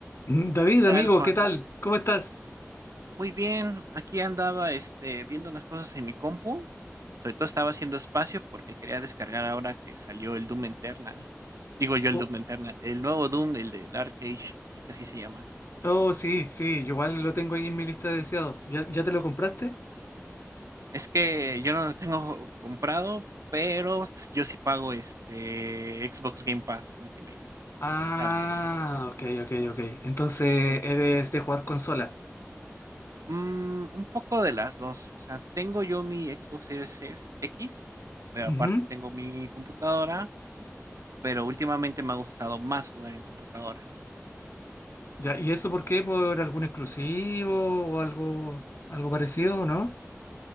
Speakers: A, on the left; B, on the right.
A: Mm, David, amigo,
B: tal, Juan?
A: ¿qué tal? ¿Cómo estás?
B: Muy bien, aquí andaba este, viendo unas cosas en mi compu. Sobre todo estaba haciendo espacio porque quería descargar ahora que salió el Doom Eternal. Digo yo el
A: Oh,
B: Doom Eternal, el nuevo Doom, el de Dark Age, creo que así se llama.
A: oh, sí, sí, yo igual lo tengo ahí en mi lista de deseados. ¿Ya, ya te lo compraste?
B: Es que yo no lo tengo comprado, pero s- yo sí pago este Xbox Game Pass Ultimate
A: Ah,
B: cada mes.
A: ok, ok, ok. Entonces
B: Entonces,
A: eres de jugar consola.
B: mm, un poco de las dos. O sea, tengo yo mi Xbox Series X, pero
A: Ujú.
B: aparte tengo mi computadora Pero últimamente me ha gustado más jugar en computadora.
A: Ya, ¿y eso por qué? ¿Por algún exclusivo o algo, algo parecido, no?